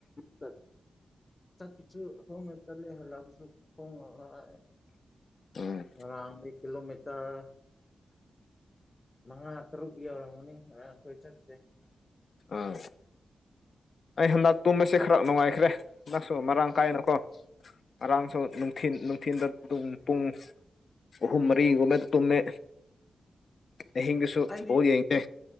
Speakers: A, on the left; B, on the left.
A: ꯆꯠ ꯆꯠꯄꯁꯨ ꯈꯣꯡꯅ ꯆꯠꯂꯦ ꯍꯜꯂꯛꯄꯁꯨ ꯈꯣꯡꯅ ꯍꯜꯂꯛꯑꯦ
B: ꯎꯝ
A: ꯉꯔꯥꯡꯗꯤ ꯀꯤꯂꯣꯃꯤꯇꯔ ꯃꯉꯥ ꯇꯔꯨꯛ ꯌꯧꯔꯝꯃꯅꯤ ꯉꯔꯥꯡ ꯑꯩꯈꯣꯏ ꯆꯠꯁꯦ
B: ꯑꯥ ꯑꯩ ꯍꯟꯗꯛ ꯇꯨꯝꯕꯁꯦ ꯈꯔ ꯅꯨꯡꯉꯥꯏꯈ꯭ꯔꯦ ꯍꯟꯗꯛꯁꯨ ꯃꯔꯥꯡ ꯀꯥꯏꯅꯀꯣ ꯉꯔꯥꯡꯁꯨ ꯅꯨꯡꯊꯤꯟ ꯅꯨꯡꯊꯤꯟꯗ ꯑꯗꯨꯝ ꯄꯨꯡ ꯑꯍꯨꯝ ꯃꯔꯤ ꯒꯨꯝꯃꯦ ꯇꯨꯝꯃꯦ ꯑꯍꯤꯡꯗꯁꯨ
A: ꯑꯩꯗꯤ
B: ꯕꯣꯜ ꯌꯦꯡꯉꯦ